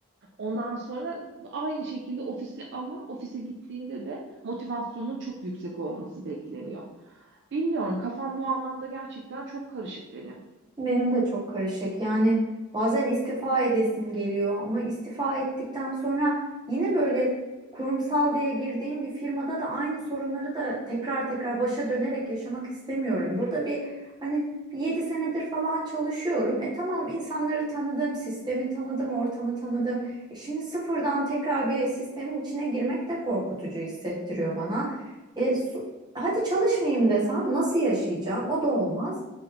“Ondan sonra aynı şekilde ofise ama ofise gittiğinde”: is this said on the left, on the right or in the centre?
Right